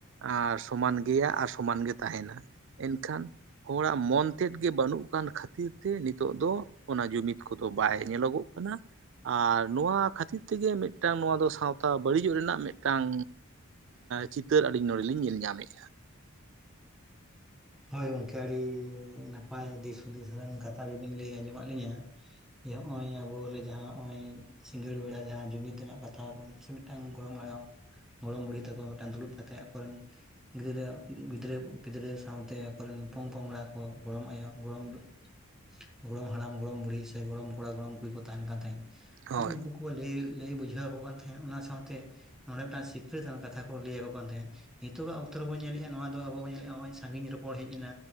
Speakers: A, on the right; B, in the centre.
A: ᱟᱨ ᱥᱚᱢᱟᱱ ᱜᱮᱭᱟ, ᱟᱨ ᱥᱚᱢᱟᱱ ᱜᱮ ᱛᱟᱸᱦᱮᱱᱟ᱾ ᱮᱱᱠᱷᱟᱱ ᱦᱚᱲᱟᱜ ᱢᱚᱱ ᱛᱮᱫ ᱜᱮ ᱵᱟᱹᱱᱩᱜ ᱠᱟᱱ ᱠᱷᱟᱹᱛᱤᱨ ᱛᱮ ᱱᱤᱛᱚᱜ ᱫᱚ ᱚᱱᱟ ᱡᱩᱢᱤᱫ ᱠᱚᱫᱚ ᱵᱟᱭ ᱧᱮᱞᱚᱜᱚᱜ ᱠᱟᱱᱟ ᱟᱨ ᱱᱚᱣᱟ ᱠᱷᱟᱹᱛᱤᱨ ᱛᱮᱜᱮ ᱢᱤᱫᱴᱟᱝ ᱱᱚᱣᱟ ᱫᱚ ᱥᱟᱶᱛᱟ ᱵᱟᱹᱲᱤᱡᱚᱜ ᱨᱮᱱᱟᱜ ᱢᱤᱫ ᱴᱟᱝ ᱪᱤᱛᱟᱹᱨ ᱟᱹᱞᱤᱧ ᱱᱚᱰᱮᱞᱤᱧ ᱧᱮᱞ ᱧᱟᱢᱮᱫᱼᱟ᱾
B: ᱦᱳᱭ ᱜᱚᱢᱠᱮ ᱟᱹᱰᱤ ᱱᱟᱯᱟᱭ ᱫᱤᱥ ᱦᱩᱫᱤᱥ ᱨᱮᱱ ᱠᱟᱛᱷᱟ ᱜᱮᱵᱤᱱ ᱞᱟᱹᱭ ᱟᱸᱡᱚᱢᱟᱫ ᱞᱤᱧᱟᱹ, ᱡᱮ ᱱᱚᱜ ᱚᱚᱭ ᱟᱵᱚᱨᱮ ᱡᱟᱦᱟᱸ ᱱᱚᱜ ᱚᱚᱭ ᱥᱤᱸᱜᱟᱹᱲ ᱵᱮᱲᱟ ᱡᱟᱦᱟᱸ ᱡᱩᱢᱤᱫ ᱨᱮᱱᱟᱜ ᱠᱟᱛᱷᱟ ᱵᱚᱱ ᱢᱤᱫᱟᱝ ᱜᱚᱲᱚᱢ ᱦᱟᱲᱟᱢ ᱜᱚᱲᱚᱢ ᱵᱩᱲᱦᱤ ᱛᱟᱠᱚ ᱢᱤᱫᱴᱟᱱ ᱫᱩᱲᱩᱵ ᱠᱟᱛᱮᱜ ᱟᱠᱚᱨᱮᱱ ᱜᱤᱫᱽᱨᱟᱹ ᱜᱤᱫᱽᱨᱟᱹ ᱯᱤᱫᱽᱨᱟᱹ ᱥᱟᱶᱛᱮ ᱛᱮ ᱯᱟᱞᱮᱱ ᱯᱚᱝ ᱯᱚᱝᱲᱟ ᱠᱚ ᱜᱚᱲᱚᱢ ᱟᱭᱳ ᱜᱚᱲᱚᱢ <unintelligible> ᱜᱚᱲᱚᱢ ᱦᱟᱲᱟᱢ ᱜᱚᱲᱚᱢ ᱵᱩᱲᱦᱤ, ᱥᱮ ᱜᱚᱲᱚᱢ ᱠᱚᱲᱟ ᱜᱚᱲᱚᱢ ᱠᱩᱲᱤ ᱠᱚ ᱛᱟᱦᱮᱱ ᱠᱟᱱ ᱛᱟᱦᱮᱸᱫ
A: ᱦᱳᱭ
B: ᱱᱜᱼᱚ ᱱᱩᱠᱩ ᱠᱚ ᱞᱟᱹᱭ ᱞᱟᱹᱭ ᱵᱩᱡᱷᱟᱹᱣᱠᱚ ᱠᱟᱱ ᱛᱟᱦᱮᱸᱫ ᱚᱱᱟ ᱥᱟᱶᱛᱮ ᱱᱚᱸᱰᱮ ᱢᱤᱫᱴᱟᱝ ᱥᱤᱠᱱᱟᱹᱛᱟᱱ ᱠᱟᱛᱷᱟ ᱠᱚ ᱞᱟᱹᱭᱟᱠᱚ ᱠᱟᱱ ᱛᱟᱦᱮᱸᱫ, ᱱᱤᱛᱚᱜ ᱟ ᱚᱠᱛᱚ ᱨᱮ ᱵᱚᱱ ᱧᱮᱞᱮᱜᱼᱟ, ᱱᱚᱣᱟ ᱟᱵ ᱵᱚᱱ ᱧᱮᱞᱮᱫᱜᱚᱭ ᱥᱟᱺᱜᱤᱧᱚᱢ ᱦᱚᱲ ᱦᱮᱡ ᱮᱱᱟ᱾